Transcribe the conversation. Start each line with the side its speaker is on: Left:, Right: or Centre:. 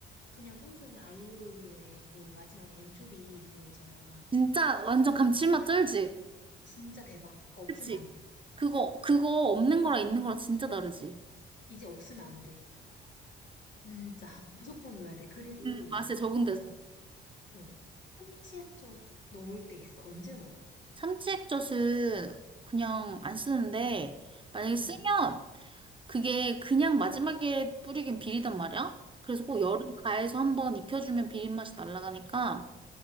Left: 그냥 평소에는 알리오 올리오에 그 마지막에 엔초비 그거 있잖아.
Right: 진짜 완전 감칠맛 쩔지
Left: 진짜 대박. 그거 없으면
Right: 그치
Left: 안 돼.
Right: 그거 그거 없는 거랑 있는 거랑 진짜 다르지
Left: 이제 없으면 안 돼. 진짜. <laughs> 무조건 넣어야 돼. 그리고,
Right: 그 맛에 적응돼서
Left: 맞아. 어. 참치 액젓 넣을 때 있어. 언제 넣어?
Right: 참치 액젓은 그냥 안 쓰는데 만약에 쓰면
Left: 응,
Right: 그게 그냥 마지막에 뿌리긴 비리단 말이야. 그래서 꼭열
Left: 응,
Right: 여름 가해서 한번 익혀주면 비린맛이 날아가니까